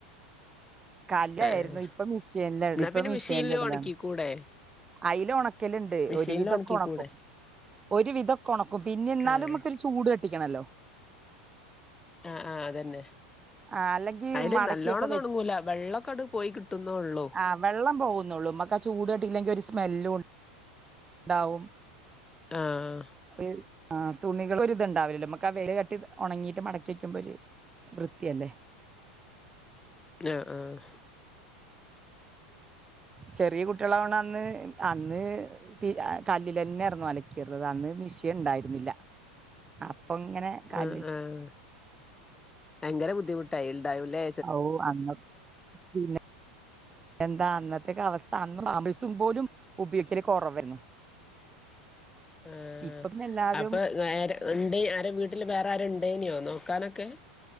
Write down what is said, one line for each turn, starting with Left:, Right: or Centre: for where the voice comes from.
Right: കല്ലായിരുന്നു
Left: ഏഹ്
Right: ഇപ്പ മിഷ്യേൻലാ
Left: എന്നാ
Right: ഇടാ ഇപ്പൊ
Left: പിന്നെ
Right: മിഷ്യേൻലിടലാ
Left: മെഷീനില് ഒണക്കിക്കൂടെ
Right: അയില് ഒണക്കല്ണ്ട്
Left: മെഷീനില്
Right: ഒരുവിധൊക്കെ
Left: ഒണക്കിക്കൂടെ
Right: ഒണ ക്കും ഒരു വിധൊക്കെ ഒണക്കും പിന്നെ എന്നാലും
Left: ആഹ്
Right: ഇമ്മക്കൊരു ചൂട് തട്ടിക്കണല്ലോ
Left: ആഹ് ആഹ് അതന്നെ
Right: ആ അല്ലെങ്കി
Left: അയില്
Right: മടക്കിയൊക്കെ
Left: നല്ലോണൊന്നും
Right: വെക്കും
Left: ഒന്നങ്ങൂലാ വെള്ളക്കെ ആട് പോയി കിട്ടുന്നോള്ളൂ
Right: ആ വെള്ളം പോകുന്നുള്ളൂ ഇമ്മക്ക് ആ ചൂട് തട്ടില്ലെങ്കിൽ ഒരു സ്മെല്ലു ണ്ടാവും
Left: ആഹ്
Right: റി ആഹ് തുണികളൊര്ത്ണ്ടാവില്ലല്ലോ ഇമ്മക്ക് ആ വെയിലട്ടി ഒണങ്ങീട്ട് മടക്കി വെക്കുമ്പൊരു വൃത്തിയല്ലേ
Left: ആഹ് ആഹ്
Right: ചെറിയ കുട്ടികളാവണം അന്ന് അന്ന് ത്തി കല്ലിൽ തന്നെയായിരുന്നു അലക്കിറത് അന്ന് മിഷിയ ഉണ്ടായിരുന്നില്ല അപ്പൊ ഇങ്ങനെ കല്ലിൽ
Left: ആഹ് ആഹ് ഭയങ്കര ബുദ്ധിമുട്ടായി ഉണ്ടാവൂല്ലേ
Right: ഓ അന്ന പിന്ന എന്താ അന്നത്തെേക്ക അവസ്ഥ അന്ന് പാമിഴസും പോലും ഉപയോഗിക്കല കുറവ് ആന്നു
Left: ഉ ആ
Right: ഇപ്പൊ പിന്നെ എല്ലാരും
Left: അപ്പൊ നേരെ ഉണ്ട് ആരെ വീട്ടില് വേറെ ആരുണ്ടേനോ നോക്കാനൊക്കെ